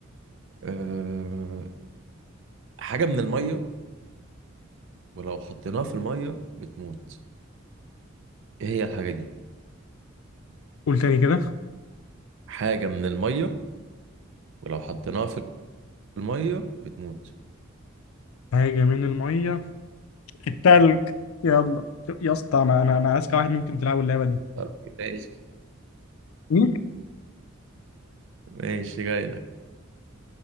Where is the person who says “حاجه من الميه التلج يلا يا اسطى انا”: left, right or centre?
Left